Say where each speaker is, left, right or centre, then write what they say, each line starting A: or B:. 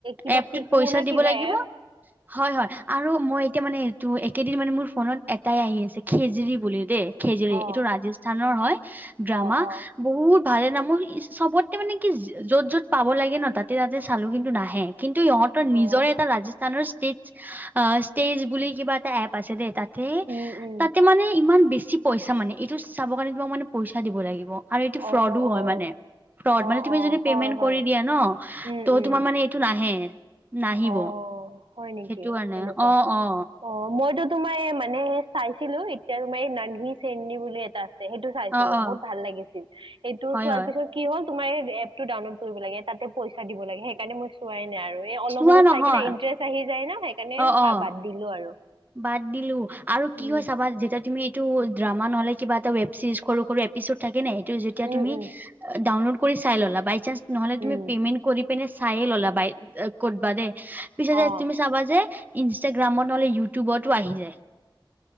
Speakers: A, on the right; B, on the right.
A: কিবা
B: এপটোত
A: কুুকু
B: পইচা
A: নে
B: দিব
A: কিবা
B: লাগিব
A: এপ
B: হয় হয় আৰু মই এতিয়া মানে এইটো একেদিন মানে মোৰ ফোনত এটাই আহি আছে খেযেৰি বুলি দেই। খেযেৰি
A: অ
B: এইটো ৰাজস্থানৰ হয় ড্ৰামা।
A: অ অ
B: বহুত ভালে না মোৰ চবতে মানে কি য'ত য'ত। পাব লাগে ন তাতে তাতে চালো কিন্তু নাহে কিন্তু ইহঁতৰ নিজৰে
A: অ
B: এটা ৰাজচ স্থানৰ ষ্টেজ ষ্টেজ বুলি কিবা এটা এপ আছে দে তাত তে
A: উম উম
B: তাতে মানে ইমান বেছি পইচা মানে এইটো চাব কাৰণে তোমাক মানে পইচা দিব লাগিব। আৰু এইটো
A: অ
B: ফ্ৰডো
A: অ
B: হয় মানে ফ্ৰড
A: অ
B: মানে তুমি
A: অ
B: যদি
A: হয়
B: পেইমেণ্ট
A: হয়
B: কৰি দিয়া ন
A: উম
B: ত
A: উম
B: তোমাৰ মানে এইটো নাহে। নাহিব
A: অ হয় নেকি
B: সেইটো কাৰণে
A: তেনেকুৱা
B: অ অ।
A: অ মইতো তোমাৰ এ মানে হে চাইছিলো এতিয়া তোমাৰ এই নানহি চেনহি বুলি এটা। আছে সেইটো চাইছিলো
B: অ অ
A: বহুত ভাল লাগিছিল সেইটো
B: হয়
A: চোৱাৰ
B: হয়
A: পিছত কি হ'ল তোমাৰ এপ টো ডাউনলোড কৰিব লাগে তাতে পইচা দিব লাগে সেইকাৰণে মই চোৱাই নাই আৰু এই অ
B: চোৱা
A: অলপ
B: নহয়
A: চাই কিনে ইণ্টাৰেষ্ট আহি যায় ন সেইকাৰণে
B: অ অ
A: বাদ দিলো আৰু।
B: বাদ দিলো আৰু
A: উম
B: কি হয় চাবা যেতিয়া তুমি টো ড্ৰামা নহলে কিবা এটা ৱেবচিজ সৰু সৰু এপিচড থাকে নাই এইটো যেতিয়া
A: উম
B: তুমি
A: উম
B: ডাউনলোড কৰি চাই ললা বাইচাঞ্চ নহ'লে তুমি
A: উম
B: পেমেণ্ট কৰি পিনে চায়ে ল'লা বাই কতবা দেই পিছত
A: অ
B: যে তুমি চাবা যে ইনষ্টাগ্ৰামত নহলে ইউটিউবতো আহি যায়।